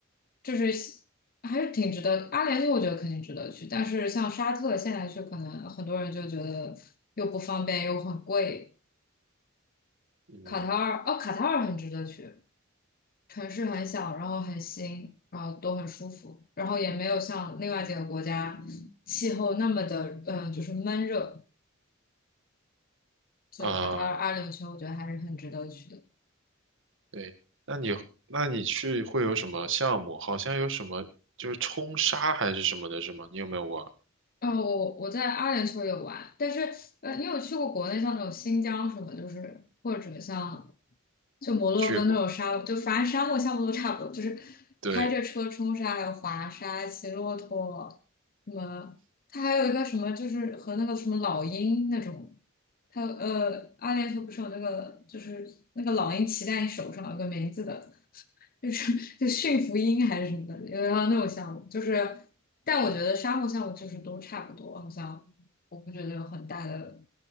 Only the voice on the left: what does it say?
就是还是挺值得。阿联酋我觉得肯定值得去，但是像沙特现在去，可能很多人就觉得又不方便又很贵。
卡塔尔，哦，卡塔尔很值得去。城市很小，然后很新，然后都很舒服，然后也没有像另外几个国家气候那么的，嗯、就是闷热，所以卡塔尔阿联酋我觉得还是很值得去的。
哦，我我在阿联酋有玩，但是呃，你有去过国内像那种新疆什么，就是或者像就摩洛哥那种沙漠，
就反正沙漠项目都差不多，就是
开着车冲沙，还有滑沙、骑骆驼，什么，它还有一个什么，就是和那个什么老鹰那种，它呃，阿联酋不是有那个就是那个老鹰骑在你手上有个名字的，就是就驯服鹰还是什么的，有要那种项目，就是，但我觉得沙漠项目就是都差不多，好像我不觉得有很大的